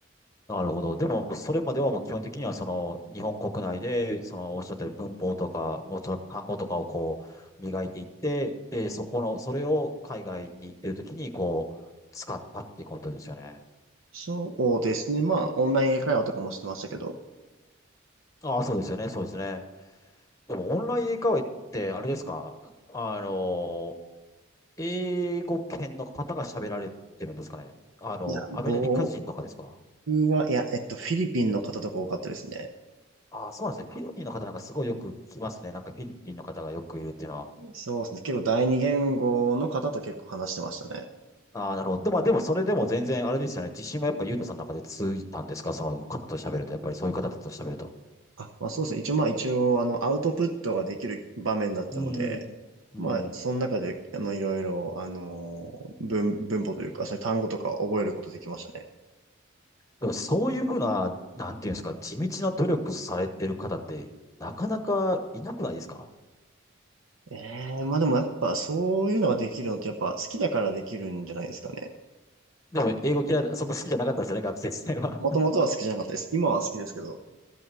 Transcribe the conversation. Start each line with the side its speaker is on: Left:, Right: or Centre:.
Left: なるほど。でも、それまではもう基本的には、その、日本国内で、その、おっしゃったように文法とか、もうちょっと単語とかをこう、磨いていって、で、そこの、それを海外に行ってるときに、こう、使ったってことですよね。
Right: そうですね。まあオンライン英会話とかもしてましたけど。
Left: ああ、そうですよね、そうですね。でも、オンライン英会話って、あれですかあの、英語圏の方が喋られてるんですかねあの、
Right: いや、僕
Left: アメリカ人とかですか
Right: は、いや、えっと、フィリピンの方とか多かったですね。
Left: ああ、そうなんですね。フィリピンの方なんかすごいよく聞きますね。なんかフィリピンの方がよくいるっていうのは。
Right: そうですね。結構第二言語の方と結構話してましたね。
Left: ああ、なるほど。でまあでもそれでも全然あれですよね。自信はやっぱユートさんの中でついたんですかその方と喋ると。やっぱりそういう方と喋ると。
Right: あ、まあそうですね。一応まあ一応あのアウトプットができる場面だったので、
Left: うん。うん。
Right: まあその中であのいろいろあの文、文法というかそういう単語とか覚えることできましたね。
Left: でもそういうふうな、なんていうんですか、地道な努力されてる方ってなかなかいなくないですか
Right: ええまあでもやっぱそういうのができるのってやっぱ好きだからできるんじゃないですかね。
Left: でも英語嫌いだ、そんな好きじゃなかったですよね、学生時代は。
Right: もともとは好きじゃなかったです。今は好きですけど。